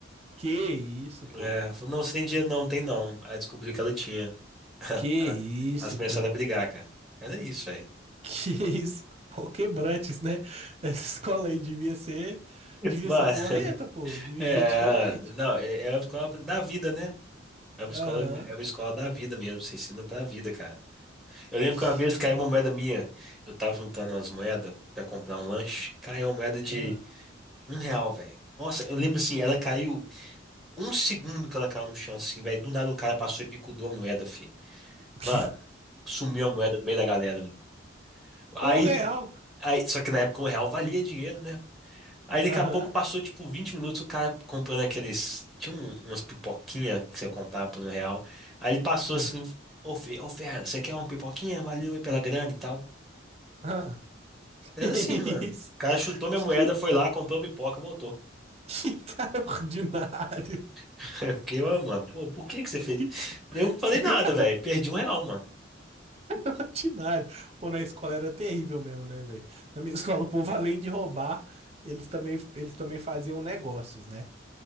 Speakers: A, on the right; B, in the centre.
A: Que isso, pô?
B: É, falou, não, você tem dinheiro não, tem não. Aí descobriu que ela tinha.
A: Que
B: Ah,
A: isso,
B: Elas começaram
A: pô?
B: a brigar,
A: <laughs>
B: cara. Era isso, velho.
A: Que isso? Pau quebrantes, né? Essa escola aí devia ser, devia
B: Mas,
A: ser porreta,
B: <laughs>
A: pô. Devia
B: é,
A: ser diferente.
B: não, é, é uma escola da vida, né? É uma
A: Aham.
B: escola, é uma escola da vida mesmo, você ensina pra vida, cara. Eu lembro
A: Que-
B: que uma vez caiu uma moeda minha, eu tava juntando umas moedas pra comprar um lanche, caiu uma moeda de
A: ah.
B: um real, velho. Nossa, eu lembro assim, ela caiu um segundo que ela caiu no chão, assim, velho. Do nada um cara passou e bicudou a moeda, filho.
A: Que-
B: Mano, sumiu a moeda no meio da galera, mano.
A: <laughs>
B: Aí,
A: Um real.
B: aí, só que na época um real valia dinheiro, né? Aí daqui
A: Aham.
B: a pouco passou tipo 20 minutos o cara comprando aqueles. Tinha um- umas pipoquinhas que você comprava por um real. Aí ele passou
A: Ah.
B: assim: Ô fe- ô, fera, você quer uma pipoquinha? Valeu aí pela grana e tal.
A: Ah. <laughs>
B: Era
A: Que
B: assim, mano.
A: isso?
B: O cara chutou minha
A: Que
B: moeda, foi lá, comprou a pipoca, voltou.
A: <laughs> Que cara ordinário. <laughs>
B: <laughs> Eu fiquei, ô, mano, pô, por que que você fez?
A: Que
B: Eu não falei nada,
A: cara
B: velho. Perdi um real, mano.
A: ordinário. Pô, na escola era terrível mesmo, né, velho? Na minha <laughs> escola, o povo, além de roubar, eles também, eles também faziam negócios, né?